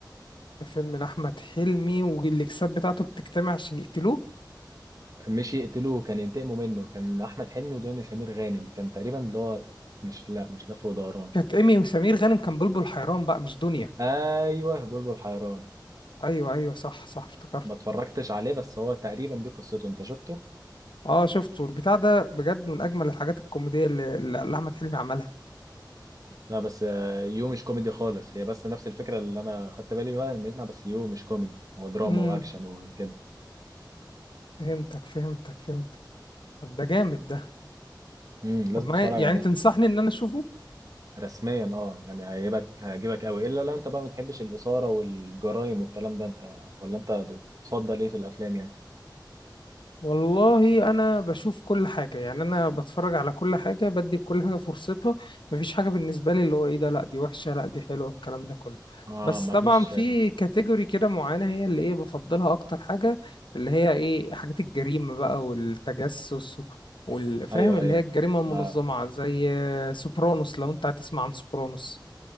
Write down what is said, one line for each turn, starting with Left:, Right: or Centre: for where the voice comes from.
Left: فيلم لأحمد حلمي والإكسات بتاعته بتجتمع عشان يقتلوه
Right: مش يقتلوه كان ينتقموا منه كان احمد حلمي ودنيا سمير غانم كان تقريبا اللي هو مش لا مش لف ودوران
Left: كانت إيمي وسمير غانم كان بلبل حيران بقى مش دنيا
Right: ايوه بلبل حيران
Left: أيوه أيوه صح صح افتكرت
Right: ما اتفرجتش عليه بس هو تقريبا دي قصته انت شفته
Left: أه شفته البتاع ده بجد من أجمل الحاجات الكوميدية اللي, اللي أحمد حلمي عملها
Right: لا بس آه، يو مش كوميدي خالص هي بس نفس الفكرة اللي أنا خدت بالي بقى منها بس يو مش كوميدي هو دراما
Left: امم
Right: وأكشن وكده
Left: فهمتك فهمتك فهمتك طب ده جامد ده
Right: امم لازم
Left: طب ما
Right: تتفرج
Left: يعني
Right: عليه
Left: تنصحني إن أنا أشوفه
Right: رسميا اه يعني هيعجبك هيعجبك قوي إلا لو أنت بقى ما بتحبش الإثارة والجرايم والكلام ده أنت ولا أنت بتفضل إيه في الأفلام يعني
Left: والله انا بشوف كل حاجه يعني انا بتفرج على كل حاجه بدي لكل حاجه فرصتها مفيش حاجه بالنسبه لي اللي هو ايه ده لا دي وحشه لا دي حلوه الكلام ده كله
Right: اه
Left: بس
Right: ما
Left: طبعا
Right: فيش
Left: في كاتيجوري كده معينه هي اللي ايه بفضلها اكتر حاجه اللي هي ايه حاجات الجريمه بقى والتجسس والفاهم
Right: أيوه
Left: اللي
Right: أيوه
Left: هي الجريمه المنظمه
Right: يبقى
Left: زي سوبرانوس لو انت هتسمع عن سوبرانوس